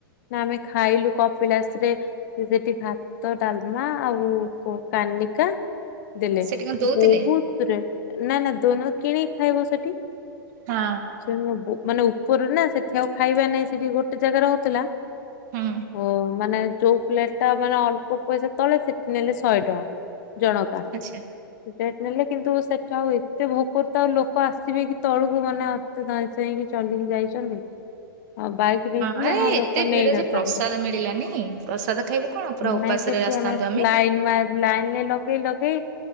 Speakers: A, on the left; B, on the right.
A: ଆମେ ନା ଖାଇଲୁ କପିଳାସରେ ସେଠି ଭାତ, ଡାଲ ମା ଆଉ କୋ କାନିକା ଦେଲେ
B: ସେଠି କଣ ଦଉଥିଲେ?
A: ବହୁତ ଦୂର ନା ନା ଦୋନ କିଣ ଖାଇବ ସେଠୀ।
B: ହଁ।
A: ସେମ। <unintelligible> ମାନେ ଉପରୁ ନା ସେଠି ଆଉ ଖାଇବା ନା ସେଠି ଗୋଟେ ଜାଗାରେ ରହୁଥିଲା
B: ହୁଁ
A: ହ ମାନେ ଜଉ ପ୍ଲେଟ ଟା ମାନେ ଅଳ୍ପ ପଇସା ତଳେ ସେଠି ନେଲେ ଶହେ ଟଙ୍କା ଜଣକା
B: ଆଚ୍ଛା
A: ରେଟ୍ ନେଲେ, କିନ୍ତୁ ସେଠା ହୁଏ ଏତେ ଭୋକର ତ ଆଉ ଲୋକ ଆସିବେ କି ତଳୁକୁ ମାନେ ଏତେ ଧଇଁ ସଇଁକି ଚଲିକି ଯାଇଛନ୍ତି। ହଁ ବାଇକ ନେଇଥିଲେ
B: ଆରେ
A: ହଁ ଲୋକ
B: ଏତେ
A: ନେଇନଥାନ୍ତେ
B: ଭିଡ ଯେ ପ୍ରସାଦ ମିଳିଲାନି ପ୍ରସାଦ ଖାଇବୁ କଣ ପୁରା ଉପାସରେ
A: ନାଇଁ ସେଠି
B: ଆସିଥାନ୍ତୁ
A: ଆମେ ଲାଇ ଲାଇନରେ ଲଗେଇ ଲଗେଇ